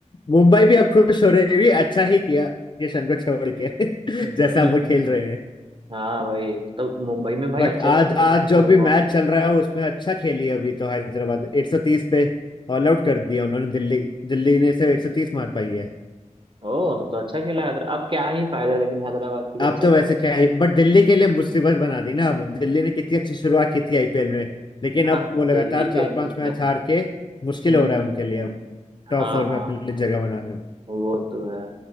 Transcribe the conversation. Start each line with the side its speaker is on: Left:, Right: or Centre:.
Left: मुंबई भी अब खुश हो रही है भी अच्छा ही किया किशन को छोड़ के
Right: हम्म,
Left: <laughs> जैसा वो
Right: हम्म।
Left: खेल रहे हैं
Right: हाँ भाई तो मुंबई में भाई
Left: बट
Right: अच्छे अच्छे
Left: आज
Right: प्लेयर्स
Left: आज जो
Right: भी
Left: भी
Right: है बहुत
Left: मैच चल रहा है उसमें अच्छा खेली अभी तो हैदराबाद 130 पे ऑल आउट कर दिया उन्होंने दिल्ली दिल्ली ने सिर्फ 130 मार पाई है
Right: सारे ओ तब तो अच्छा खेला हैदराबाद अब क्या ही फायदा लेकिन हैदराबाद की
Left: आप
Right: भी अच्छा
Left: तो वैसे
Right: खेली
Left: क्या है बट दिल्ली के लिए मुसीबत बना दी ना अब दिल्ली ने कितनी अच्छी शुरुआत की थी आईपीएल में लेकिन
Right: हाँ
Left: अब वो लगातार
Right: दिल्ली खेल
Left: चार पांच
Right: रही
Left: मैच
Right: है
Left: हार के मुश्किल
Right: हम्म
Left: हो रहा है
Right: हम्म,
Left: उनके लिए
Right: हम्म।
Left: टॉप
Right: हाँ
Left: फोर
Right: हाँ
Left: में अपने लिए जगह बनाना
Right: वो तो है